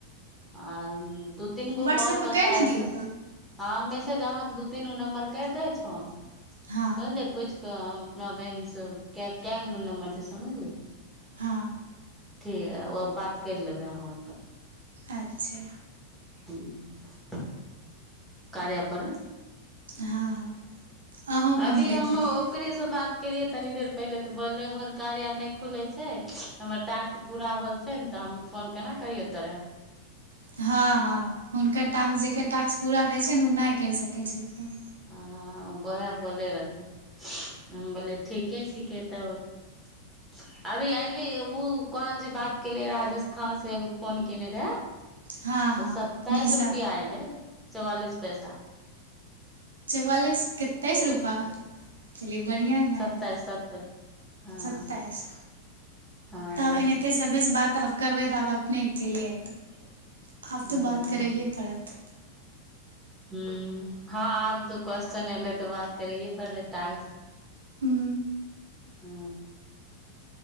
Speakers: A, in the centre; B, on the right (about 70°).
A: आर दू तीनगो
B: व्हाट्सअप
A: के आओर
B: पर
A: बतायब
B: करि ने दियौ
A: ह मैसेज अहाँके दू तीन गो नम्बर करि दै छै हँ
B: हँ
A: स लेपै छै हम अपना बहिन से क‌ए क‌ए गो न नम्बर छै समझलियै
B: हँ
A: ठीक बात करि लेबै अहाँ ओहिपर
B: अच्छा
A: ह कार्या पर
B: हँ हँ अहूँके
A: अभी
B: भेज
A: हम
B: देबै
A: ओकरे से बात केलियै तनि देर पहिले तऽ बोललै हमर कार्या आर नहि खुलै छै हमर टास्क पूरा होल छै ने तऽ हम फोन केना करियौ तोरा
B: हँ हँ हुनकर टास्क जे टास्क पूरा रहय छै फेन ओ नहि करि सकै छै फोन
A: हँ उएह बोले रहथिन हम बोललियै ठीके छिकै तब अभी अयली ओ कॉल जे बात केलियै राजस्थान से एगो फोन केने रहए
B: हँ हँ
A: तऽ सतताइस
B: निशा
A: रुपआ एऐलै चौआालिस पसा
B: चौआलिस कतेइस रुपैआ बढ़ििया है
A: सत्ताइस सत्ताइस हँ
B: स्तइस
A: हँ
B: तब एनाहिते सबेसँ बात तब करबै तऽ आब अपने चेले आय त आब
A: हँ
B: तो बात करैग पड़त
A: हू हँ आब तो क्वस््चन एलै तऽ बात करैयए पर दइ
B: हू
A: आ